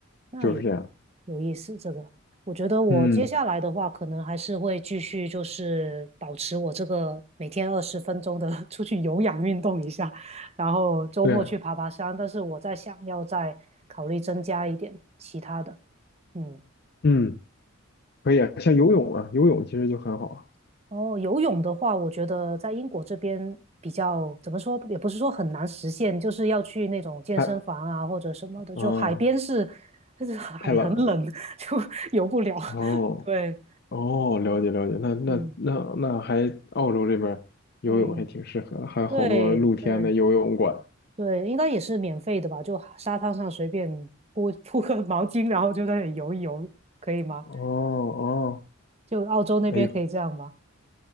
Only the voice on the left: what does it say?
就是这样。
嗯，
对，
嗯，可以啊，像游泳啊，游泳其实就很好啊。
太，哦，
太冷了。
哦，
哦，了解了解，那那那那还澳洲这边儿游泳还挺适合的，
还有好多露天的游泳馆。
哦哦，
哎呦，